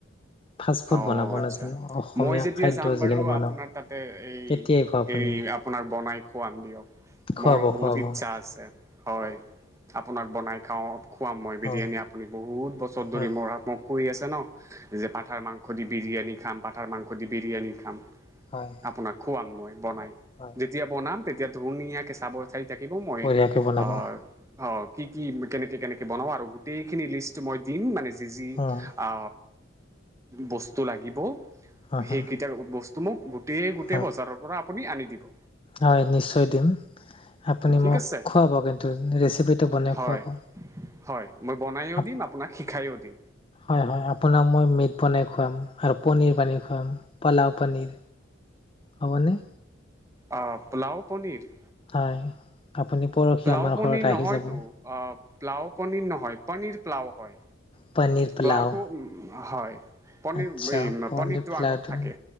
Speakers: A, on the left; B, on the right.
A: ফাষ্ট ফুড
B: অ
A: বনাব
B: আচ্ছা
A: নাজানো অসমীয়া
B: মই যেতিয়া
A: খাদ্য
B: যাম
A: যিখিনি
B: বাৰু
A: বনাওঁ
B: আপোনাৰ তাতে এই
A: কেতিয়াই খোৱা আপুনি
B: হেৰি আপোনাৰ বনাই খোৱাম। খোৱাম দিয়ক
A: খুৱাব
B: মোৰ বহুত
A: খুৱাব
B: ইচ্ছা আছে হয় আপোনাক বনাই- খাওঁক- খুৱাম মই
A: হয়,
B: বিৰিয়ানী আপুনি বহুত বছৰ ধৰি
A: উম,
B: ম মোক কয় আছে ন হয় মাংস দি বিৰিয়ানী খাম পাটাৰ মাংস দি বিৰিয়ানী খাম
A: হয়,
B: আপোনাক খোৱান মই বনাই
A: হয়।
B: যেতিয়া বনাম তেতিয়া ধুনীয়াকে চাব- চাই থাকিব মই
A: বঢ়িয়াকে বনাব
B: ওৰ অৰ্ কি কি কেনেকে কেনেকে বনাওঁ আৰু গোটেইখিনি লিষ্টটো মই দিম মানে- যি যি
A: উম,
B: অ বস্তু লাগিব
A: হা, হা,
B: সেইকেইটাৰ বস্তু- তোমোক গ এই গোটেই
A: হা।
B: বজাৰৰ পৰা। আপুনি আনি দিব।
A: হয় নিশ্চয় দিম। আপুনি
B: ঠিক
A: মোক
B: আছে
A: খুৱাব কিন্তু ৰেচিপিটো বনাই
B: হয়
A: খুৱাব-
B: হয় মই বনায়ো
A: আপ
B: দিম আপোনাক শিকায়ো দিম।
A: হয় হয় আপোনাক মই মিট বনাই খুৱাম আৰু পনীৰ বানে খোৱাম পলাও পনীৰ হ'বনে-
B: অ পোলাও পনীৰ-
A: হয়। আপুনি পৰহি
B: লাও
A: আমাৰ
B: পনী
A: ঘৰত আহি
B: নহয়তু
A: যাব।
B: অহ প্লাও পনীৰ নহয় পনীৰ প্লাও হয়
A: পনীৰ পোলাও
B: প্লাওটো হয় পনিৰ
A: আচ্ছা পনীৰ
B: পনীৰটো
A: পোলাওটো
B: আগত থাকে